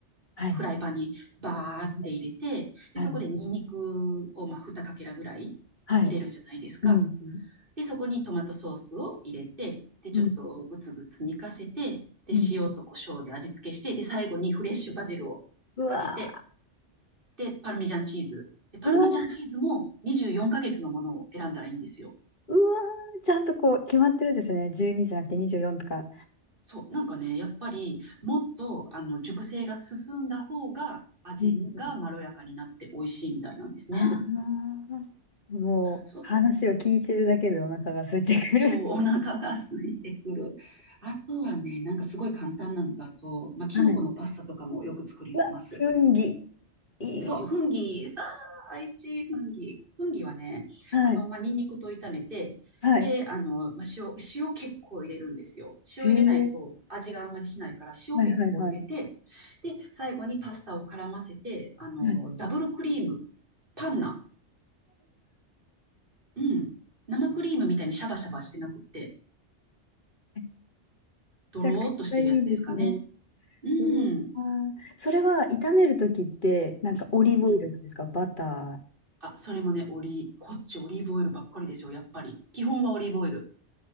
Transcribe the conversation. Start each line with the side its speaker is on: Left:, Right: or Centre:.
Left: はい。
Right: フライパンにバーって入れて、
Left: はい。
Right: で、
Left: はい。
Right: そこでニンニクをまあ2かけらぐらい入れるじゃないですか。
Left: はい。うん。う
Right: で、そこにトマトソースを入れて、で、ちょっとグツグツ煮かせて、
Left: ん。
Right: で、
Left: うん。
Right: 塩と胡椒で味付けして、で、最後にフレッシュバジルをかけて、
Left: うわ
Right: で、パルミジャンチーズ。で、パルミジャンチーズも24ヶ月のものを選んだらいいんですよ。
Left: ー、うわー、うわー、ちゃんとこう、決まってるんですね。12じゃなくて24とか。
Right: そう、なんかね、やっぱりもっとあの熟成が進んだ方が味がまろやかになって美味しいみたいなんですね。
Left: うん。ああ、もう、
Right: そう、
Left: 話を聞いてるだけでお腹が空いてくる。
Right: そう、
Left: <laughs>
Right: お腹が空いてくる。あとはね、なんかすごい簡単なのだと、まあ、キノコのパスタとかもよく作ります。
Left: はい。うわ、雰囲気。いいです。
Right: そう、フンギ、さあ、美味しいフンギ。フンギはね、
Left: はい。
Right: あの、まあ、ニンニクと炒めて、
Left: はい。
Right: で、あの、まあ、塩、塩結構入れるんですよ。塩入れないと味があんまりしないから、
Left: へえ。
Right: 塩結構入れて、
Left: はいはいはい。
Right: で、最後にパスタを絡ませて、あの、
Left: はい。
Right: ダブルクリーム、パンナ、うん、生クリームみたいにシャバシャバしてなくって、
Left: め
Right: ドローっとしてるやつですかね。
Left: ちゃくちゃいいですね。
Right: うん。
Left: うわーそれは炒めるときって、なんかオリーブオイルなんですかバタ
Right: うんうん。あ、それもね、オリこっちオリーブオイルばっかりですよ、やっぱり。基本はオリーブオイル。